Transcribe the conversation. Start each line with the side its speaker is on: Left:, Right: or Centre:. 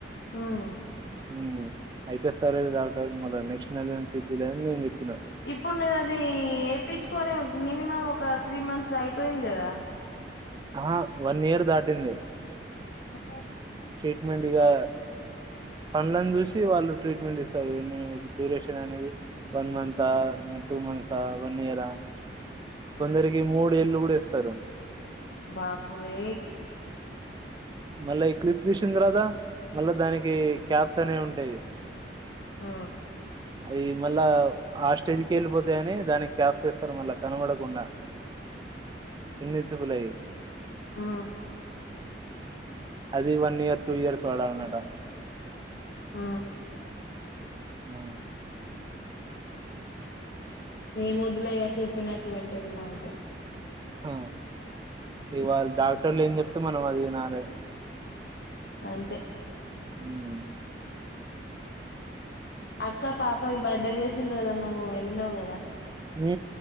Left: ఉమ్
Right: హు అయితే సరే డాక్టర్ మళ్ళ నెక్స్ట్ నెల తీద్డువులే ని చే
Left: ఇప్పుడు నేను అది వయించుకొని మినిమం ఒక త్రీ మంత్స్ అయిపోయింది కదా
Right: ఆహా వన్ ఇయర్ దాటింది
Left: ఓ
Right: ట్రీట్మెంట్గా పంలను చూసి వాళ్ళు ట్రీట్మెంట్ ఇస్తారు డ్యూరేషన్ అనేది వన్ మంత్ హ టూ మంత్స్ ఆ వన్ ఇయరా కొందరికి మూడేళ్ళు కూడా ఇస్తారు
Left: బాపు రే
Right: మళ్ళా ఎక్లిప్స్ తీసిన తర్వాతా మళ్ళా దానికి క్యాప్స్ అనేవి ఉంటాయి
Left: ఆ
Right: అ మళ్ళా ఆ స్టేజ్కి వెళ్ళిపోతా అని దానికి క్యాప్ చేస్తారు మళ్ళా కనబడకుండా ఇంగ్లీస్ జూలయి
Left: ఆ
Right: అది వన్ ఇయర్ టూ ఇయర్స్ వాడాలంట
Left: ఆ
Right: ఆ
Left: ఏం వద్దులే ఇగ చెప్పినట్టు వింటది మాట
Right: ఆ ఇవాళ డాక్టర్లు ఏం చెప్తా మనం అది వినాలే
Left: అంతే
Right: ఉ
Left: అక్క పాప బర్త్డే చేసిన రోజు నువ్వు వె విన్నావు కదా
Right: ఉ